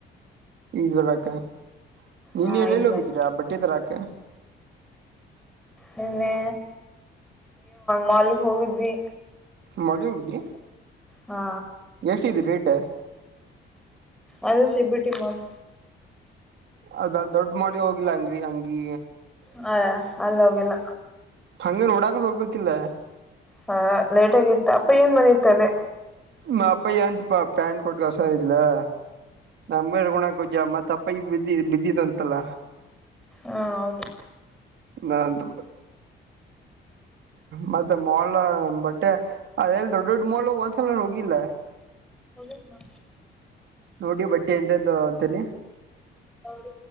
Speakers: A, on the right; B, in the centre.
A: ಇದ್ದ ಬರಾಕ ನಿನ್ನೆ
B: ಹಾ
A: ಎಲ್ಲೆಲ್ಲಿ
B: ಈಗ
A: ಹೋಗಿದೀರ
B: ಬರ್
A: ಆ ಬಟ್ಟೆ ತರಾಕ
B: ನಿನ್ನೆ ಮಾಲಿಗೆ ಹೋಗಿದ್ವಿ
A: ಮಾಲಿಗಿ ಹೋಗಿದ್ರಿ
B: ಹಾ
A: ಎಷ್ಟಿದ್ ರೇಟ್
B: ಅದ ಸಿಬಿಟಿ ಮಾಲ್
A: ಅದ ದೊಡ್ಡ ಮಾಲಿಗಿ ಹೋಗಿಲ್ಲ ಅಂಗ್ರೀ ಹಂಗಿ.
B: ಹ ಅಲ್ಲಿ ಹೋಗಿಲ್ಲ.
A: ಹಂಗ ನೋಡಾಕುನು ಹೋಗ್ಬೇಕಿಲ್ಲ.
B: ಹ ಲೇಟ್ ಆಗಿತ್ತು ಅಪ್ಪ ಏನ್ ಬಂದಿತ್ತ ಅಲ್ಲೇ
A: ನಿಮ್ಮ ಅಪ್ಪ ಪ್ಯಾಂಟ್ ಕೊಟ್ಟ ಕಲಸ್ಯನ ಇಲ್ಲಿ ನಮ್ಗ ಇಟ್ಕೊಳಕ ಜಾಗ ಇಲ್ಲಾ ಬಿದ್ದಿದಂತಲ್ಲ.
B: ಹಾ ಹೌದು.
A: ಬಾ ಅಂತು ಮತ್ತೆ ಮಾಲ್ ಬಟ್ಟೆ ಅದ ಎಲ್ಲದೊಡ್ ದೊಡ್ ಮಾಲ್ ಒಂದ್ಸಲ ಹೋಗಿಲ್ಲ.
B: ಹೋಗಿದ್ದೀನಿ
A: ನೋಡಿ ಬಟ್ಟೆ ಎಂತ ಎಂತದ ಅದಾವ ಅಂತೇಳಿ.
B: ಹೌದ